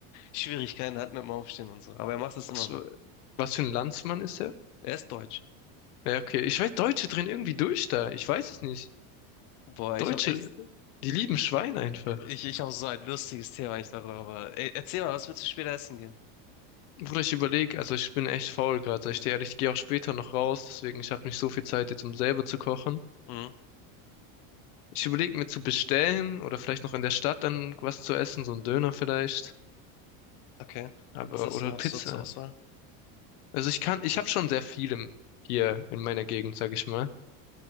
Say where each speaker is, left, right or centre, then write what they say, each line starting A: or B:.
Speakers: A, on the left; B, on the left.
A: Schwierigkeiten hat mit dem Aufstehen und so. Aber er macht das immer
B: Was,
A: noch.
B: was für ein Landsmann ist er?
A: Er ist deutsch.
B: Ja, okay. Ich weiß, Deutsche drehen irgendwie durch da. Ich weiß es nicht.
A: Boah, ich
B: Deutsche,
A: habe echt,
B: die lieben Schwein einfach.
A: ich, ich habe so ein lustiges Thema eigentlich darüber. Aber ey, erzähl mal, was willst du später essen gehen?
B: Bruder, ich überlege, also ich bin echt faul gerade. Ich stehe ehrlich, ich gehe auch später noch raus, deswegen ich habe nicht so viel Zeit jetzt, um selber zu kochen.
A: Mhm,
B: Ich überlege mir zu bestellen oder vielleicht noch in der Stadt dann was zu essen, so ein Döner vielleicht,
A: okay.
B: aber
A: Was hast
B: oder
A: du noch
B: Pizza.
A: so zur Auswahl?
B: Also ich kann, ich habe schon sehr viel im, hier in meiner Gegend, sage ich mal.